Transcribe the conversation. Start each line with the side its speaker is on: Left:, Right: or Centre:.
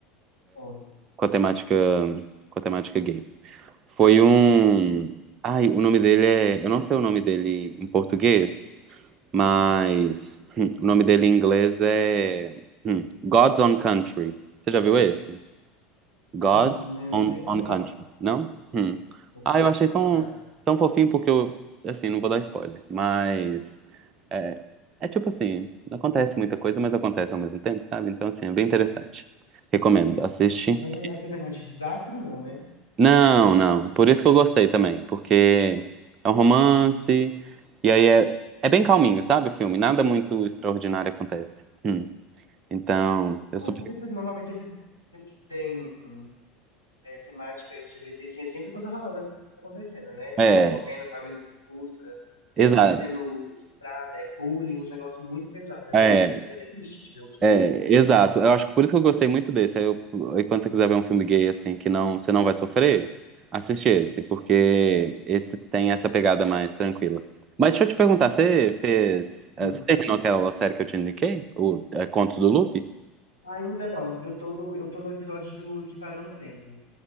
Left: Adoro.
Right: Com a temática, com a temática gay. Foi um. Ai, o nome dele é. Eu não sei o nome dele em português. Mas hum, o nome dele em inglês é hum, God's Own Country. Você já viu esse? God's
Left: Não, né? Não
Right: Own,
Left: nem ouvi
Right: Own
Left: falar.
Right: Country, não? Hum.
Left: Vou
Right: Ah, eu achei
Left: procurar.
Right: tão, tão fofinho porque eu, assim, não vou dar spoiler, mas é, é tipo assim, não acontece muita coisa, mas acontece ao mesmo tempo, sabe? Então, assim, é bem interessante. Recomendo, assiste
Left: Mas é- aquele negócio de desastre, não, né?
Right: não, não. Por isso que eu gostei também, porque é um romance e aí é, é bem calminho, sabe, o filme? Nada muito extraordinário acontece. Hum. Então, eu
Left: Ah,
Right: super...
Left: porque, tipo assim, normalmente esses filmes que tem é, temática LGBT, assim, é sempre coisa horrorosa acontecendo, né? É
Right: É,
Left: gente morrendo, família expulsa,
Right: exato.
Left: é gente sendo estuprada, é bullying, uns negócios muito pesados. Aí
Right: É,
Left: às vezes eu fico até triste de ver uns filmes
Right: é,
Left: desses, sabe?
Right: exato. Eu acho que por isso que eu gostei muito desse. Aí, eu, aí quando você quiser ver um filme gay assim que não, você não vai sofrer, assiste esse, porque esse tem essa pegada mais tranquila. Mas deixa eu te perguntar, você fez, eh,
Left: Hum.
Right: você terminou aquela série que eu te indiquei, o eh, Contos do Loop?
Left: Ainda não, eu tô no, eu tô no episódio do que parou no tempo.